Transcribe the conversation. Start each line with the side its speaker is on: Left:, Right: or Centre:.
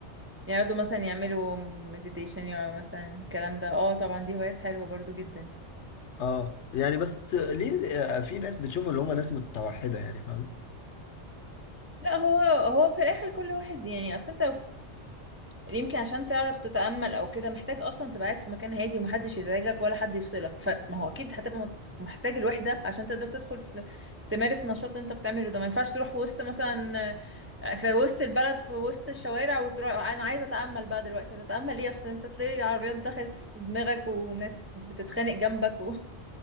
Right: يقعدوا مثلا يعملوا مديتيشن يا مثلا الكلام ده اه طبعا دي هوايات حلوة برضو جدا
Left: اه يعني بس ليه آه، في ناس بتشوف ان هم ناس متوحده يعني فاهم
Right: لا هو هو في الاخر كل واحد يعني اصل انت يمكن عشان تعرف تتأمل او كده محتاج اصلا تبقى قاعد في مكان هادي ومحدش يزعجك ولا حد يفصلك فما هو اكيد هتبقى مت- محتاج الوحدة عشان تقدر تدخل في تمارس نشاط انت بتعمله ده ما ينفعش تروح في وسط مثلا آه، في وسط البلد في وسط الشوارع وتروح انا عايزة اتأمل بقى دلوقتي هتتأمل ايه اصلا انت تلاقي عربيات دخلت في دماغك وناس بتتخانق جنبك و...